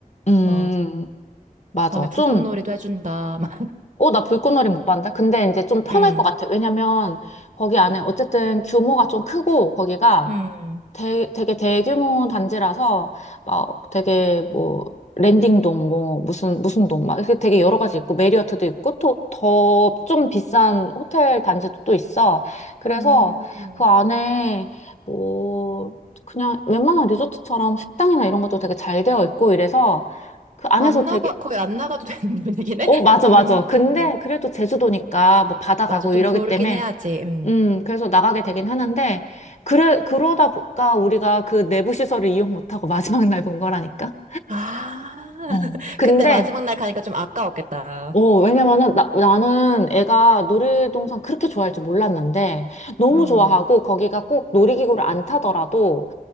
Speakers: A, on the left; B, on the right.
A: 음,
B: 막,
A: 맞아.
B: 밤에 불꽃놀이도
A: 좀
B: 해준다. <laughs> 막,
A: 어, 나 불꽃놀이 못 봤는데? 근데 이제 좀 편할
B: 음,
A: 것 같아. 왜냐면 거기 안에 어쨌든 규모가 좀 크고 거기가
B: 음,
A: 대, 되게 대규모 단지라서 막 되게 뭐 랜딩동 뭐 무슨 무슨 동 막 이렇게 되게 여러 가지 있고 메리어트도 있고 또 더 좀 비싼 호텔 단지도 또 있어. 그래서
B: 음.
A: 그 안에 뭐 그냥 웬만한 리조트처럼 식당이나 이런 것도 되게 잘 되어 있고 이래서 그 안에서
B: 안 나가,
A: 되게
B: 거의 안 나가도 되는 <laughs> 분위기네?
A: 어, 맞아,
B: 음,
A: 맞아. 근데
B: 음.
A: 그래도 제주도니까 뭐 바다
B: 맞아.
A: 가고
B: 좀
A: 이러기
B: 돌긴
A: 때문에,
B: 해야지. 음.
A: 음, 그래서 나가게 되긴 하는데, 그래, 그러다 보니까 우리가 그 내부 시설을 이용 못하고 <laughs> 마지막 날 본 거라니까?
B: 아,
A: 어.
B: <laughs>
A: 근데,
B: 근데 마지막 날 가니까 좀 아까웠겠다.
A: 어, 왜냐면은 나, 나는 애가 놀이동산 그렇게 좋아할 줄 몰랐는데, 너무
B: 음.
A: 좋아하고 거기가 꼭 놀이기구를 안 타더라도,